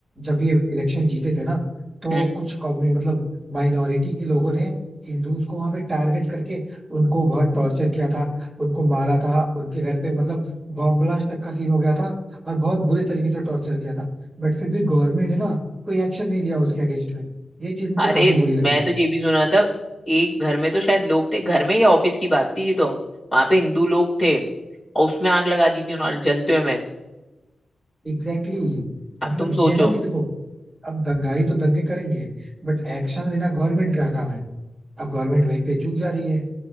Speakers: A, in the centre; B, on the left.
A: जब ये इलेक्शन जीते थे ना तो
B: हम्म
A: कुछ कौमी मतलब माइनॉरिटी के लोगों ने हिंदूज को वहां पे टारगेट करके उनको बहुत टॉर्चर किया था उनको मारा था उनके घर पे मतलब बॉम्ब ब्लास्ट तक का सीन हो गया था और बहुत बुरे तरीके से टॉर्चर किया था बट फिर भी गवर्नमेंट ने ना कोई एक्शन नहीं लिया उसके अगेंस्ट में ये चीज मुझे
B: अरे
A: काफी बुरी लगी
B: मैं
A: थी
B: तो ये भी सुना था एक घर में तो शायद लोग थे घर में या ऑफिस की बात थी ये तो वहां पे हिंदू लोग थे और उसमें आग लगा दी थी उन्होंने जलते हुए में
A: Exactly exactly.
B: अब
A: मतलब
B: तुम
A: ये
B: सोचो
A: है ना कि देखो अब दंगाई तो दंगे करेंगे बट एक्शन लेना गवर्नमेंट का काम है अब गवर्नमेंट वहीं पे चूक जा रही है